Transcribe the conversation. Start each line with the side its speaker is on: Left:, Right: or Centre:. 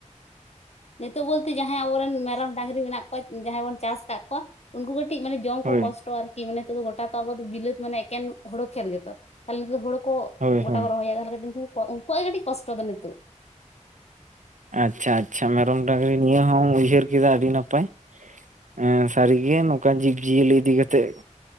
Left: ᱱᱤᱛᱳᱜ ᱵᱳᱞᱛᱮ ᱡᱟᱦᱟᱸᱭ ᱟᱵᱚᱨᱮᱱ ᱢᱮᱨᱚᱢ ᱰᱟᱝᱨᱤ ᱢᱮᱱᱟᱜ ᱠᱚᱣᱟ ᱡᱟᱦᱟᱸᱭ ᱵᱚᱱ ᱪᱟᱥ ᱟᱠᱟᱫ ᱠᱚᱣᱟ ᱩᱱᱠᱩ ᱠᱟᱹᱴᱤᱡ ᱢᱟᱱᱮ ᱡᱚᱢ
Right: ᱦᱳᱭ
Left: ᱠᱚ ᱠᱚᱥᱴᱚ ᱟᱨᱠᱤ ᱢᱮ ᱱᱤᱛ ᱫᱚ ᱜᱚᱴᱟ ᱛᱚ ᱟᱵᱚ ᱫᱚ ᱵᱤᱞᱟᱹᱛ ᱢᱟᱱᱮ ᱮᱠᱮᱱ ᱦᱳᱲᱳ ᱠᱷᱮᱛ ᱜᱮᱛᱚ ᱛᱟᱦᱞᱮ ᱱᱳᱠᱳ ᱦᱳᱲᱳ ᱠᱚ
Right: ᱦᱳᱭ
Left: ᱜᱚᱴᱟ
Right: ᱦᱳᱭ
Left: ᱠᱚ ᱨᱚᱦᱚᱭᱟ ᱛᱟᱦᱞᱮ ᱠᱟᱹᱴᱤᱱ ᱩᱱ ᱩᱱᱠᱩᱣᱟᱜ ᱜᱮ ᱠᱟᱹᱴᱤᱡ ᱠᱚᱥᱴᱚ ᱫᱚ ᱱᱤᱛᱳᱜ᱾
Right: ᱟᱪᱪᱷᱟ ᱟᱪᱪᱷᱟ ᱢᱮᱨᱚᱢ ᱰᱟᱝᱨᱤ ᱱᱤᱭᱟᱹ ᱦᱚᱸᱢ ᱩᱭᱦᱟᱹᱨ ᱠᱮᱫᱟ ᱟᱹᱰᱤ ᱱᱟᱯᱟᱭ, ᱮᱸ ᱥᱟᱹᱨᱤᱜᱮ ᱱᱚᱠᱟᱱ ᱡᱤᱵᱽᱡᱤᱭᱟᱹᱞᱤ ᱤᱫᱤ ᱠᱟᱛᱮᱜ